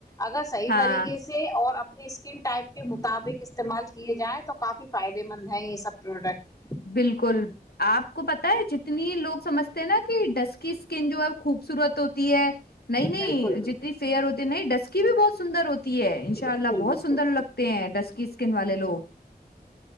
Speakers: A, on the left; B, on the left.
A: اگر صحیح
B: ہاں
A: طریقے سے اور اپنے اپنی اسکن ٹائپ کے مطابق استعمال کیے جائیں تو کافی فائدے مند ہیں یہ سب پروڈکٹ
B: بالکل آپ کو پت ہے جتنی لوگ سمجھتے ہیں نا کہ ڈسک اسکن جو ہے خوبصورت ہوتی ہے نہیں نہیں
A: بالکل بالکل
B: جتنی فیئر ہوتی نہیں ڈسک بھی بہت سندر ہو ہے ان شاء
A: بالکل
B: اللہ
A: بالکل
B: بہت سندر لگتے ہیں ڈسکی اسکن والے لوگ